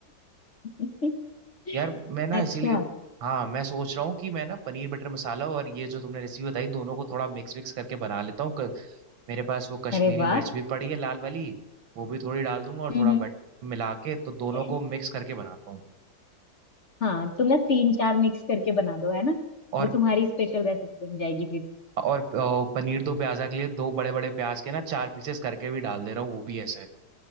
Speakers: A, on the left; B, on the right.
A: <laughs>
B: यार मैं ना
A: अच्छा
B: इसीलिए हाँ मैं सोच रहा हूँ कि मैं ना पनीर बटर मसाला और ये जो तुमने रेसिपी बताई दोनों को थोड़ा मिक्स विक्स करके बना लेता हूँ क- मेरे पास वो कश्मीरी
A: अरे वाह
B: मिर्च भी पड़ी है लाल वाली वो भी थोड़ी डाल दूंगा और
A: हम्म
B: थोड़ा बटर मिला के तो दोनों
A: हम्म।
B: को मिक्स करके बनाता हूँ
A: हाँ तुम ना तीन चार मिक्स करके बना दो है ना
B: और
A: वो तुम्हारी स्पेशल रेसिपी बन जाएगी फिर
B: और अ, पनीर दो प्याजा के लिए दो बड़े बड़े प्याज के ना चार पीसेस करके भी डाल दे रहा हूँ वो भी ऐसे